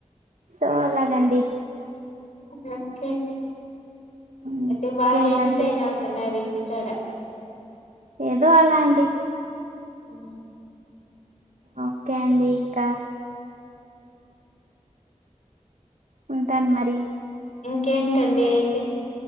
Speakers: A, on the right; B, on the left.
A: సో లాగాండి
B: ఒకే
A: మ్మ్,
B: అయితేే
A: ఇంకేంటండి
B: బాగా ఎంటర్టైన్ అవుతూన్నారు తేడా
A: ఏదో అలా అండి.
B: హుమ్
A: ఓకే అండి ఇంకా ఉంటాన్ మరి
B: ఇంకేంటండి అయితే